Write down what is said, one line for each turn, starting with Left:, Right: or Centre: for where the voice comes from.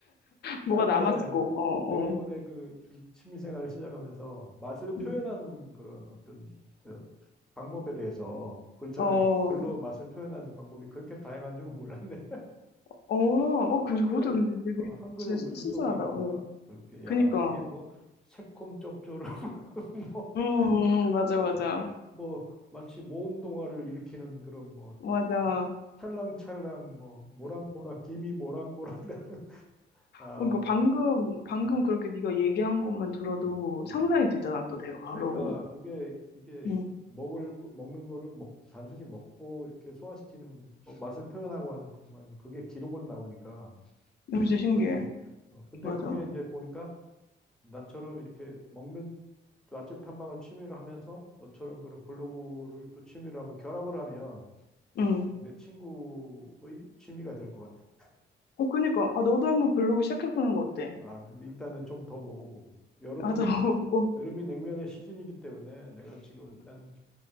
Left: 뭐가
Centre: 아, 근데
Left: 남았고, 어,
Centre: 내가 이번에
Left: 어.
Centre: 그 이 취미 생활을 시작하면서 맛을
Left: 음.
Centre: 표현하는 그런 어떤 저 방법에 대해서 글자를
Left: 어,
Centre: 이렇게 글로 맛을 표현하는 방법이 그렇게 다양한 줄은 몰랐네.
Left: 어, 어,
Centre: <laughs>
Left: 그-
Centre: 한글의,
Left: 그것도 근데 되게
Centre: 어, 한글의
Left: 진짜
Centre: 우수성이라는가?
Left: 신- 신선하다. 어.
Centre: 그렇게,
Left: 그니까.
Centre: 야, 이게 뭐 새콤 쩝조름 <laughs>
Left: 음, 음, 맞아, 맞아.
Centre: 뭐, 뭐, 마치 모험 동화를 일으키는 그런 뭐,
Left: 맞아.
Centre: 음?
Left: 어,
Centre: 찰랑찰랑, 뭐, 모락모락, 김이 모락모락. <laughs> 아,
Left: 그러니까
Centre: 네.
Left: 방금, 방금
Centre: 어,
Left: 그렇게 네가 얘기한 것만 들어도
Centre: 어, 어.
Left: 상상이 되잖아, 또 내가 바로.
Centre: 그러니까 그게, 이게
Left: 응.
Centre: 먹을, 거- 먹는 거를 먹, 단순히 먹고 이렇게 소화시키는, 뭐 맛을 표현하고 하는 그것만, 그게 기록으로 나오니까
Left: 이거 진짜 신기해.
Centre: 그것도, 어, 근데
Left: 맞아.
Centre: 그게 이제 보니까 나처럼 이렇게 먹는 맛집 탐방을 취미로 하면서 너처럼 그런 블로그를 또 취미로 하면 결합을 하면
Left: 응.
Centre: 어, 내 친구의 취미가 될 것 같아.
Left: 어, 그니까. 아, 너도 한번 블로그 시작해보는 거 어때?
Centre: 아, 근데 일단은 좀 더 먹어보고. 여름은,
Left: 나도 <laughs> 고
Centre: 여름이 냉면의 시즌이기 때문에 내가 지금 일단은